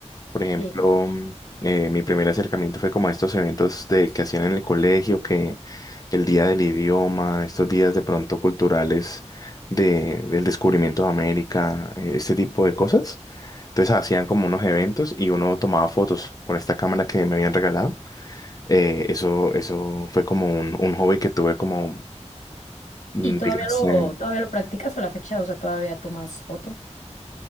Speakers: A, on the left; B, on the left.
A: Por ejemplo,
B: sí.
A: mm, eh, mi primer acercamiento fue como a estos eventos de, que hacían en el colegio, que el día del idioma, estos días de pronto culturales de, del descubrimiento de América, eh, este tipo de cosas. Entonces hacían como unos eventos y uno tomaba fotos con esta cámara que me habían regalado. Eh, eso, eso fue como un, un hobby que tuve como, mm,
B: ¿Y todavía
A: dígase,
B: lo, todavía lo practicas a la fecha? O sea, todavía tomas foto.